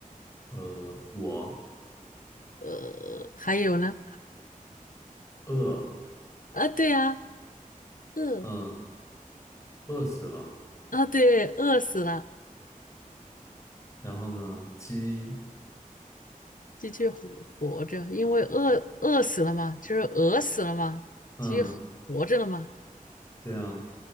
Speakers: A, on the left; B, on the left.
A: 呃，我
B: 呃，还有呢？
A: 饿，
B: 啊，对啊，饿
A: 嗯饿死了，
B: 啊，对，饿死了。
A: 然后呢，鸡，
B: 鸡去活活着，因为饿饿死了嘛，就是饿死了嘛，
A: 嗯。
B: 鸡活着了嘛，
A: 对啊，